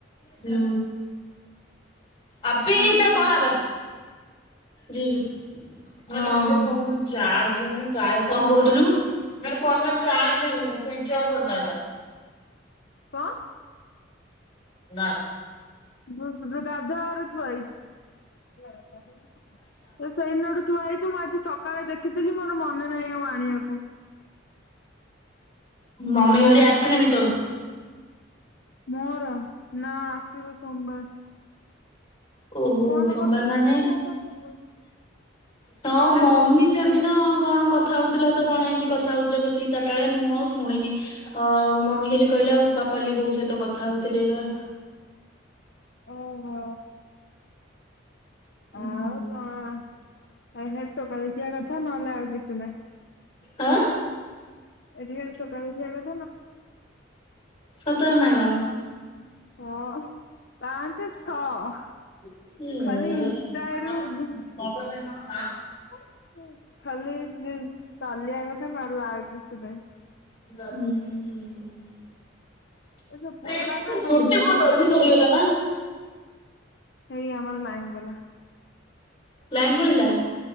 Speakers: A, on the left; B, on the left.
A: ହୁଁ। ଆପି
B: ମୋର
A: ତୋର
B: ସମ୍
A: କଲ୍ ଆ ଜି ଜି ହଁ ହଁ କଣ କହୁଥିଲୁ। ମେରେ ଫୋନ୍ ମେ
B: କଣ
A: ଚାର୍ଜ ହ ସ୍ଵିଚ ଅଫ୍
B: କଣ
A: ନା
B: ଗାଧୁଆ ଘରେ ଥୁଆ ହେଇଚି। ସେଇ ଦିନଠୁ ଥୁଆ ହେଇଚି ମୁଁ ଆଜି ସ ସକାଳେ ଦେଖିଥିଲି ମୁଁ ର ମନେ ନାହିଁ ଆଉ ଆଣିଆକୁ
A: ମମି ହରିକା ଆସିଲେଣି ତୋର
B: ମୋର ନା ଆସିବେ ସୋମବାର।
A: ଓ ହୋ
B: ଫୋନ
A: ସୋମବାର
B: କରିଥିଲୁ
A: ମାନେ
B: ନା ମୋ ପାଖକୁ।
A: ହଁ ମମି ସେଦିନ କଣ କଥା ହଉଥିଲା ତ କଣ ଏମତି କଥା ହଉଥିଲେ ବସିକି ଚାରିଟା ବଳିଆ ମୁଁ ଆଉ ଶୁଣିନି ଅ ମମି ଖାଲି କହିଲେ ଆଉ ପାପାଲି ବୋଉ ସହିତ କଥା ହଉଥିଲେ ଏ
B: ଓ ହୋ।
A: ହୁଁ
B: ଆଉ କଣ ହେଠ ଟୋକା ଦେଖିବା କଥା ନହେଲେ ଆଉ କିଛି ନହିଁ।
A: ହଁ।
B: ଏଠି ଖ ସକାଳୁ ଏଠି
A: ସତର ନଗଁ
B: ହଁ
A: ହଁ
B: ପାଞ୍ଚେ ଛଅ ଖାଲି ଇନଷ୍ଟା ଆଇଡି ଖାଲି ଚାଲିବା କଥା ନ ଲ କିଛି ନାଇ।
A: ହୁଁ।
B: ଏ ସବୁ ପୁରୁଣା ନା ସବୁ
A: ଛୁଟି
B: ଚିହ୍ନିଛନ୍ତି
A: ବହୁତ ଜଲଦି ସରିଗଲା ନା।
B: ଏଇ ଆମର ଲାଇନ ଗଲା।
A: ଲାଇନ୍ ପଳିଲା।